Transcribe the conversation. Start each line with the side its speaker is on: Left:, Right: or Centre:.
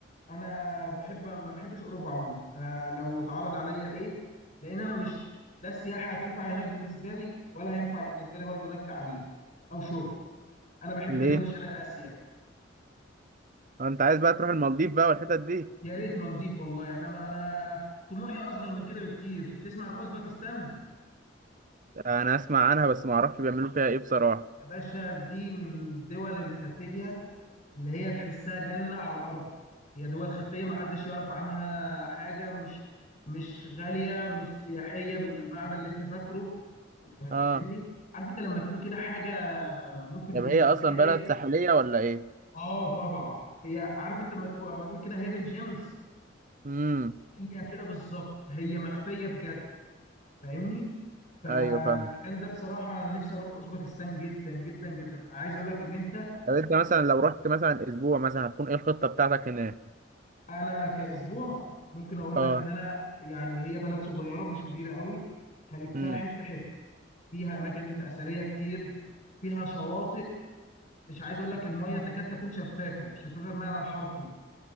Left: انا بحب ما بحبش اوروبا عموما آه لو اتعرض عليا ايه لان انا مش لا السياحه هتنفع هناك بالنسبه لي ولا هينفع بالنسبه لي برضو هناك تعليم او شغل انا بحب
Right: ليه
Left: دول شرق اسيا
Right: انت عايز بقى تروح المالديف بقى والحتت دي
Left: يا ريت مالديف والله انا ما انا طموحي اصغر من كده بكتير تسمع عن اوزبكستان
Right: انا اسمع عنها بس ما اعرفش بيعملوا فيها ايه بصراحه
Left: يا باشا دي من الدول الخفيه اللي هي تحسها جنة على الأرض هي دول خفية محدش يعرف عنها حاجة مش مش غالية مش سياحية بالمعنى اللي أنت فاكره أنت
Right: اه
Left: فاهمني؟ عارف أنت لما تكون كده حاجة ممكن
Right: طب
Left: نقول-
Right: هي
Left: نسميها
Right: اصلا بلد
Left: إيه؟
Right: ساحليه ولا ايه
Left: آه طبعا هي عارف أنت لما تقول لما نقول كده هيدن جيمز
Right: امم
Left: هي كده بالظبط هي مخفية بجد فاهمني؟ فالمكان
Right: ايوه فاهم
Left: ده بصراحة أنا نفسي أروح أوزبكستان جدا جدا جدا عايز أقول لك إن أنت
Right: طب انت مثلا لو رحت مثلا اسبوع مثلا هتكون ايه الخطه بتاعتك هناك
Left: انا كاسبوع ممكن اقول
Right: اه
Left: لك ان انا يعني هي بلد صغيره مش كبيره قوي هلفها
Right: امم
Left: حته حته فيها اماكن اثريه كتير فيها شواطئ مش عايز اقول لك الميه تكاد تكون شفافه شفافه بمعنى الحرفي